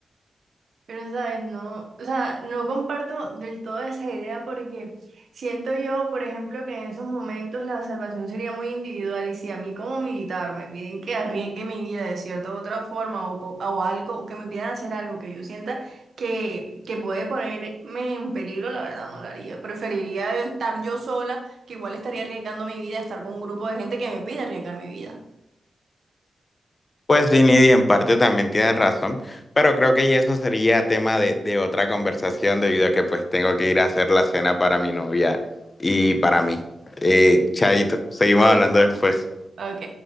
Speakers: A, on the right (about 65°); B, on the left (about 30°).
A: Pero, ¿sabes? No, o sea, no comparto del todo esa idea porque siento yo, por ejemplo, que en esos momentos la salvación sería muy individual y si a mí como militar me piden que arriesgue mi vida de cierta u otra forma o, co- o algo, o que me pidan hacer algo que yo sienta que, que puede ponerme en peligro, la verdad no lo haría. Preferiría estar yo sola, que igual estaría arriesgando mi vida, estar con un grupo de gente que me pide arriesgar mi vida.
B: Pues sí, Nidia, en parte también tienes razón, pero creo que ya eso sería tema de, de otra conversación debido a que pues tengo que ir a hacer la cena para mi novia y para mí. Eh, chaito, seguimos
A: Ay,
B: hablando después.
A: Ok.